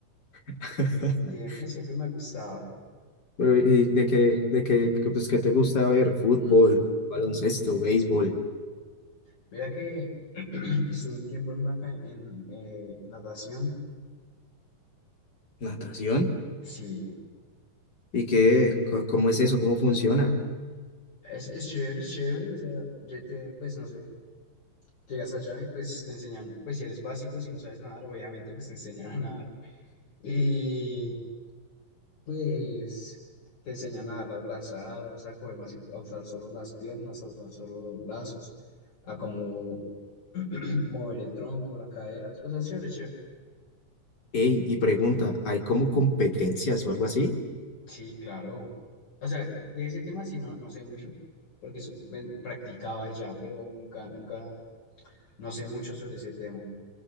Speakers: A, on the left (about 30°); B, on the left (about 50°).
A: <laughs>
B: Siempre, siempre me ha gustado.
A: Pero, ¿y de qué, de qué, que, pues, qué te gusta ver? Fútbol,
B: Mm,
A: baloncesto, béisbol,
B: mira que <clears throat> estuve un tiempo en, una, ca- en eh, natación.
A: natación.
B: Sí,
A: ¿Y qué, co- cómo es eso? ¿Cómo funciona?
B: es, es chévere, es chévere. O sea, ya te, pues no sé, llegas allá y pues te enseñan, pues si eres básico, si no sabes nadar, obviamente pues te enseñan a nadar. Y Pues te enseñan a dar las brazadas, a coger más, imp- a usar solo las piernas, a usar solo los brazos, a cómo <clears throat> mover el tronco, las caderas. O sea, es chévere, es chévere.
A: Ey, y pregunta, ¿hay como competencias o algo así?
B: Sí, claro. O sea, de ese tema sí no, no sé mucho, porque so- ven- practicaba y ya, pero nunca, nunca, no sé mucho sobre ese tema.